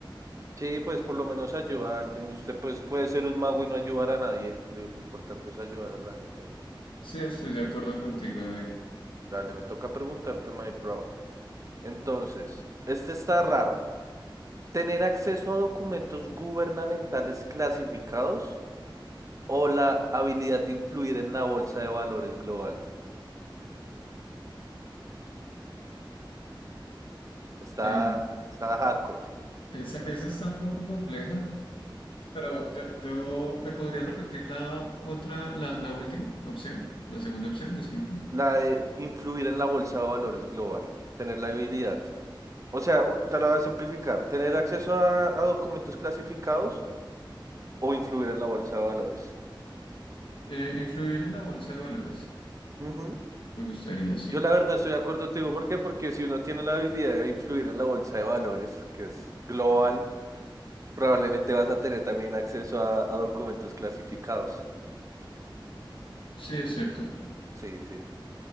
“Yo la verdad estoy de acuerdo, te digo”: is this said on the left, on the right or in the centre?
Right